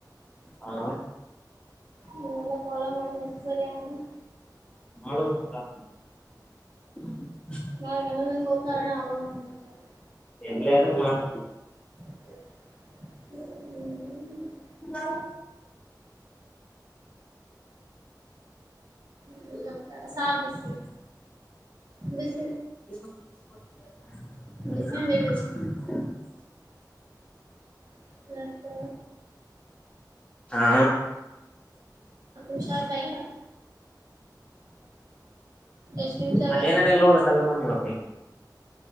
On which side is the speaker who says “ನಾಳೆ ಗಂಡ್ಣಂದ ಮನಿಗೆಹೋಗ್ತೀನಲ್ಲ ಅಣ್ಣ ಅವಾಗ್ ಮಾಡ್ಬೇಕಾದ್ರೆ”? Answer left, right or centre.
Right